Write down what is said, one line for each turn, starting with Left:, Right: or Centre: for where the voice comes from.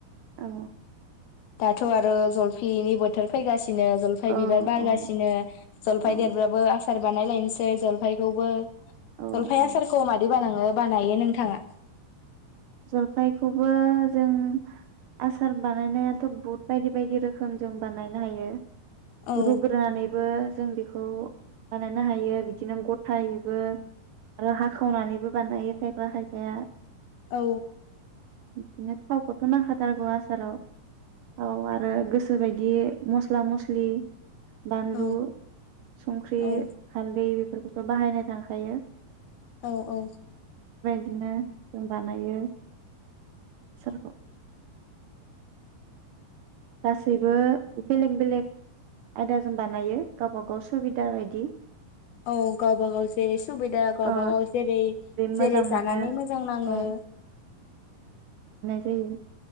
Right: औ।
Left: दाथ आरो जलफिनि बोथोर फैगासिनो नो जलफाय
Right: औ
Left: बिबार बारगासिनो
Right: औ
Left: जलफाय
Right: औ
Left: देरबाबो आसार बानायलायनोसै जलफायखौबो
Right: औ
Left: जलफाय आसारखौ
Right: औ
Left: मादि बानाङो बानायो नोंथाङा?
Right: जलफायखौबो जों आसार बानायनायाथ बहुत बायदि बायदि रोखोम जों बानायनो हायो।
Left: औ
Right: रुग्रोनानैबो जों बे खौ बानायनो हायो बिदिनो गथायैबो आरो हाखावनानैबो बानायो खायफा खायफाया।
Left: औ।
Right: बिदिनो थावखौथ नांखाथारगौ आसाराव। औ आरो गोस गोसोबायदि मस्ला मस्लि बानलु
Left: औ
Right: संख्रि
Left: औ
Right: हालदै बेफोर बेथ बाहायनाय थाखायो।
Left: औ औ।
Right: बिदिनो जों बानायो। सोरख गासैबो बेलेगनि बेलेग आयदाजों बानायो गावबा गाव सुबिदा बायदि
Left: औ गावबा गाव जेरै सुबिदा गावबा
Right: अ
Left: गाव जेरै
Right: मोजां
Left: जेरै जानानै
Right: मोनो
Left: मोजां नाङो
Right: अ उम।